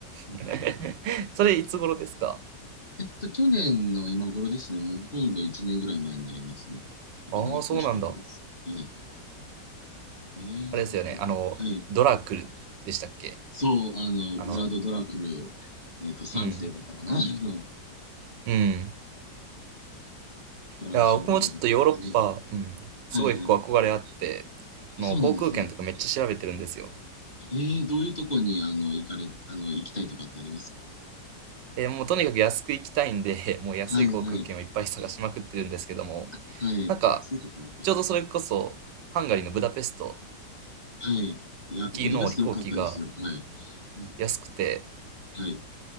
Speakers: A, on the left; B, on the right.
A: うん
B: <laughs> それいつ頃ですか
A: えっと、去年の今頃ですね、もうほとんど1年ぐらい前になりますね。なかなか楽しかったです。
B: ああ、そうなんだ。
A: はい。えー、
B: あれですよね。
A: なるほど。
B: あの、
A: はい。
B: ドラクルでしたっけ
A: そう、あの、
B: あの、
A: ウラド・ドラクル、えっと、3世だったかな、
B: うん、
A: あの、
B: うん。い
A: トランシルバニア。
B: や、僕もちょっとヨーロッパ、
A: はい。
B: うん、すごい結構憧れあって、
A: はいはい。
B: この航空券とかめっちゃ調べてるんですよ。
A: あそうなんですね。ええどういうとこに、あの、行かれ、あの、行きたいとかってありますか
B: えーもうとにかく安く行きたいんで、<laughs> もう安い航空券をいっぱい探しまくってるんですけども、
A: はいはい。あはい。
B: なんか、
A: 安いところか。
B: ちょうどそれこそ、ハンガリーのブダペスト
A: はい。いや、
B: 行きの飛行機が
A: ブダペスト良かったですよ。はい。うん
B: 安くて、
A: はい。